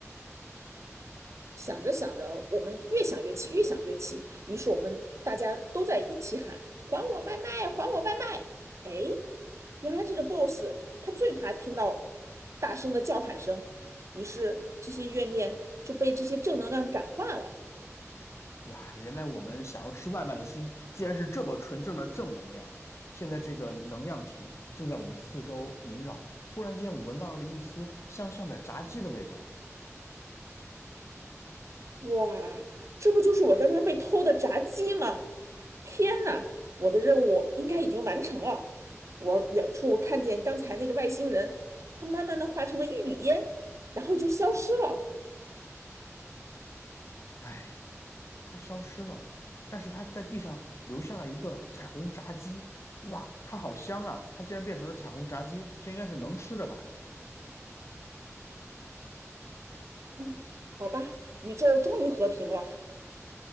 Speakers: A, on the right; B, on the left.
A: 想着想着，我们越想越气，越想越气，于是我们大家都在一起喊：“还我外卖！还我外卖！”哎，原来这个 boss 他最怕听到大声的叫喊声，于是这些怨念就被这些正能量感化了。
B: 哇，原来我们想要吃外卖的心，竟然是这么纯正的正能量。现在这个能量体正在我们四周萦绕，忽然间我闻到了一丝香香的炸鸡的味道。
A: 哇，这不就是我刚刚被偷的炸鸡吗？天哪，我的任务应该已经完成了。我远处看见刚才那个外星人，他慢慢的化成了一缕烟，然后就消失了。
B: 哎。它消失了，但是它在地上留下了一个彩虹炸鸡，哇，它好香啊！它竟然变成了彩虹炸鸡，这应该是能吃的吧？
A: 嗯，好吧，宇宙终于和平了，